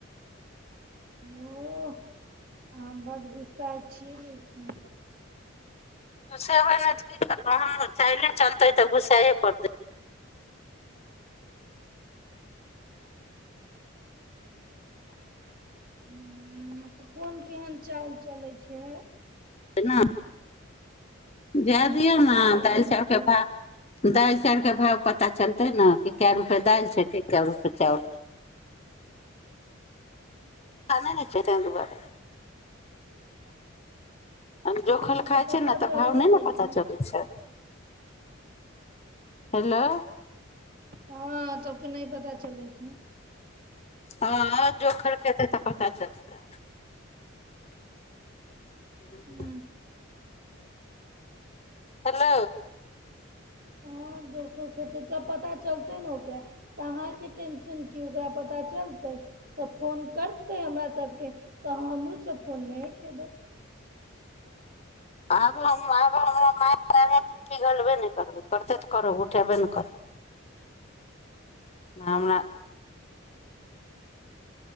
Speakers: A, on the right; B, on the left.
A: ओह आहाँ बड गुस्साइ छी ओठ
B: गुसेबै नइ त की करबै चाइले चलतै तऽ गुसेए पड़तै
A: ह तऽ कोन केहन चाल चलै छै
B: हना जा
A: नीक
B: दियऔ ने
A: चाल नहि चलै
B: तके
A: छै
B: भाव दालि चाउर के भाव पता चलतै ने कि कए रुपे दालि छै कि कए रुपे चाउर स न छै दुआरे जोखल
A: हँ
B: खाइ
A: पता
B: छै ने तऽ
A: चलबे
B: भाव नहि
A: करतै
B: ने पता चलै छै हेलो
A: हँ सबके नहि पता चलै छै
B: हँ जोखर खत त पता चलतै ह्म
A: हूँ
B: हेलो
A: हँ दुःखो ख हेतै तऽ पता चलतै ने ओकरा तऽ अहाँके टेंशन की ओकरा पता चलतै तऽ फोन करतै हमरा सभके तऽ हमरूँसभ फोन नहि उठेबै
B: आब हम आब हमरा माय पिघलबे ने करबै करतै तऽ करब उठेबे ने करबै नामरा